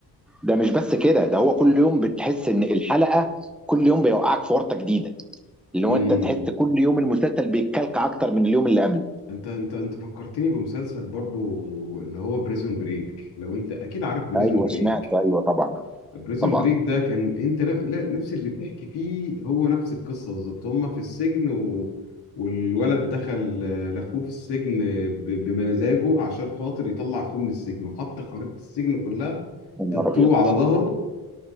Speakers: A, in the centre; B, on the left.
A: ده مش بس كده ده هو كل يوم بتحس ان الحلقه كل يوم بيوقعك في ورطه جديده اللي
B: امم
A: هو انت تحس كل يوم المسلسل بيتكلك اكتر من اليوم اللي قبله
B: انت انت انت فكرتني بمسلسل برضو اللي هو بريزون بريك لو انت اكيد عارف بريزون
A: ايوه
B: بريك
A: سمعت ايوه طبعا
B: بريزن
A: طبعا
B: بريك ده كان انت لا- لا- نفس اللي بتحكي فيه هو نفس القصه بالظبط هما في السجن و... والولد دخل آه، لاخوه في السجن ب... بمزاجه عشان خاطر يطلع اخوه من السجن وحط خريطه السجن كلها
A: يا نهار
B: تاتو
A: ابيض
B: على ظهره